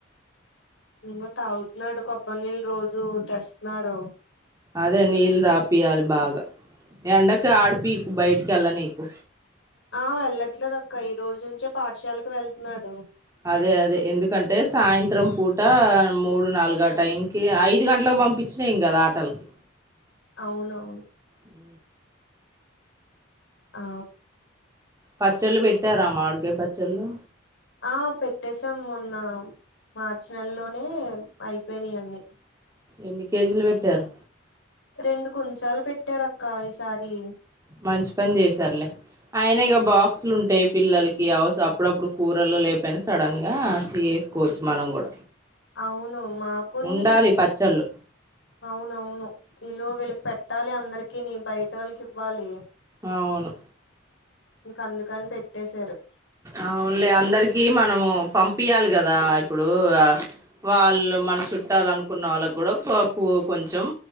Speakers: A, on the left (about 65°); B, on the right (about 15°).
A: ఇంకా తాగుతున్నాడు కొబ్బరి నీళ్ళు రోజు తెస్తున్నారు
B: అదే నీళ్ళు దాపియాలి బాగా ఎండకి ఆడిపికు బయటికిెళ్ళ నీకు
A: ఆ వెళ్ళట్లేదు అక్క ఈ రోజు నుంచే పాఠశాలకు వెళతున్నాడు
B: అదే అదే ఎందుకంటే సాయంత్రం పూట మూడు నాలుగు ఆ టైం కి ఐదు గంటలకు పంపించినా ఏం కదా ఆటలకి
A: అవునవును
B: ఉ
A: ఆ
B: పచ్చళ్ళు పెట్టారా మాడికయ్ పచ్చళ్ళు
A: ఆ పెట్టేసాం మొన్న మార్చి నెలలోనే అయిపోయినాయి అన్నీ
B: ఎన్ని కేజీలు పెట్టారు
A: రెండు కుంచాలు పెట్టారు అక్క ఈసారి
B: మంచి పని చేసారులే అయినా ఇగ బాక్సులు ఉంటాయి పిల్లలకి అవస్ అప్పుడప్పుడు కూరలు లేపోనా సడన్ గా తీస్ కోచ్ మనం గూడ
A: అవును మాకునీ
B: ఉండాలి పచ్చళ్ళు
A: అవునవును ఇలో వీళ్ళకి పెట్టాలి అందరికిని బయట ఓళ్లకి ఇవ్వాలి
B: అవును
A: ఇంక అందుకని పెట్టేశారు
B: అవునులే అందరికి మనము పంపియాలి కదా ఇప్పుడు వాళ్ళు మన చుట్టాలు అనుకున్న వాళ్ళకి కూడా కొకువ కొంచెం